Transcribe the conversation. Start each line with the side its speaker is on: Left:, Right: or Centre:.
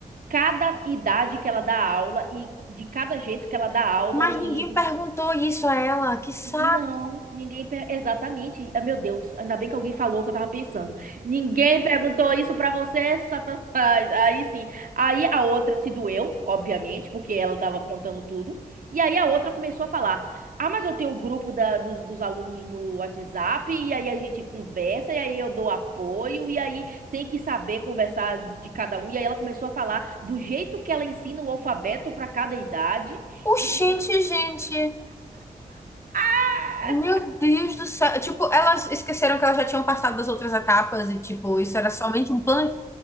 Right: cada idade que ela dá aula e de cada jeito que ela dá aula
Left: mas
Right: e,
Left: ninguém perguntou isso a ela. Que saco.
Right: não, ninguém. per- Exatamente. Ah, meu Deus, ainda bem que alguém falou o que eu tava pensando. Ninguém perguntou isso pra você, Satanás. Aí sim. Aí a outra se doeu, obviamente, porque ela tava contando tudo. E aí a outra começou a falar: Ah, mas eu tenho o grupo da- dos, dos alunos no WhatsApp, e aí a gente conversa, e aí eu dou apoio, e aí tem que saber conversar de cada um. E aí ela começou a falar do jeito que ela ensina o alfabeto pra cada idade.
Left: Oxente,
Right: E, e- e-
Left: gente.
Right: Ah!
Left: Meu Deus do céu. Tipo, elas esqueceram que elas já tinham passado das outras etapas e, tipo, isso era somente um plano